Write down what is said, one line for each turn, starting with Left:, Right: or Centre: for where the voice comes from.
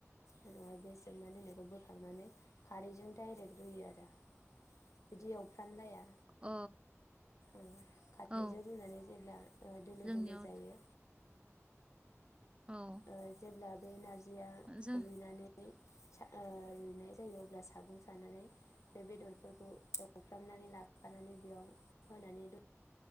Left: उनावहाय बे सोमनानै दोननायखौ बोखांनानै खारैजों दाइरेक्ट रुयो आरो बिदि एवफ्रामलाया।
Right: औ
Left: ओ खारदैजों
Right: औ
Left: रुनानै जेब्ला ओ दोलो
Right: जोंनियाव
Left: दोलो जायो
Right: औ
Left: ओ जेब्ला बे नारज बिदिया
Right: जों
Left: रुइनानै ओ रुइनाय जायो अब्ला सागं सानानै बे बेदरफोरखौ एवफ्रामनानै लाखानानै बेयाव होनानै द